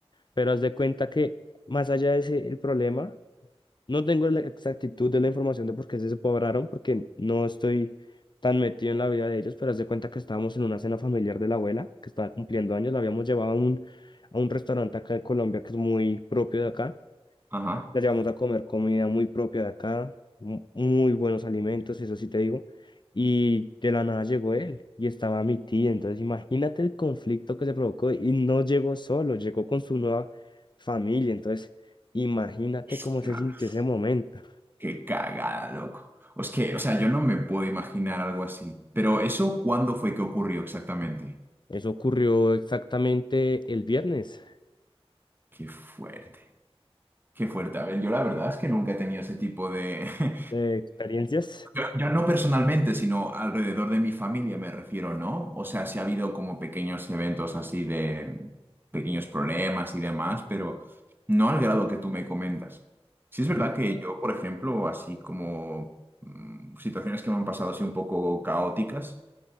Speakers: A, on the left; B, on the right.
A: pero haz de cuenta que más allá de ese el problema, No tengo la exactitud de la información de por qué se separaron, porque no estoy tan metido en la vida de ellos, pero haz de cuenta que estábamos en una cena familiar de la abuela, que estaba cumpliendo años, la habíamos llevado a un, a un restaurante acá de Colombia que es muy propio de acá,
B: Ajá.
A: la llevamos a comer comida muy propia de acá, mu- muy buenos alimentos, eso sí te digo. Y de la nada llegó él y estaba mi tía. Entonces imagínate el conflicto que se provocó y no llegó solo, llegó con su nueva familia. Entonces imagínate
B: Ostras,
A: cómo se sintió ese momento.
B: qué cagada, loco. Es que, o sea, yo no me puedo imaginar algo así. Pero ¿eso cuándo fue que ocurrió exactamente?
A: Eso ocurrió exactamente el viernes.
B: Qué fuerte. Qué fuerte. A ver, yo la verdad es que nunca he tenido ese tipo de, <laughs>
A: Eh, experiencias
B: Yo, yo no personalmente, sino alrededor de mi familia me refiero, ¿no? O sea, sí ha habido como pequeños eventos así de pequeños problemas y demás, pero no al grado que tú me comentas. Sí es
A: ahí
B: verdad que yo, por ejemplo, así como mm, situaciones que me han pasado así un poco caóticas,